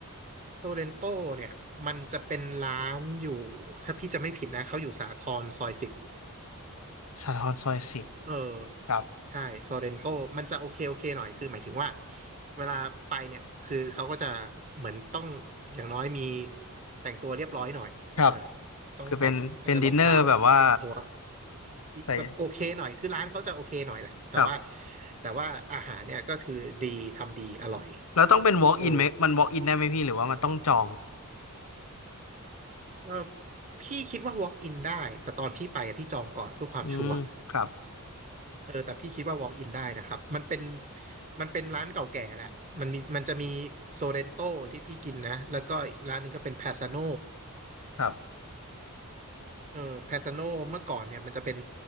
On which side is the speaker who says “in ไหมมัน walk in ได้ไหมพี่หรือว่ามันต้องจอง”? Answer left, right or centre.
Left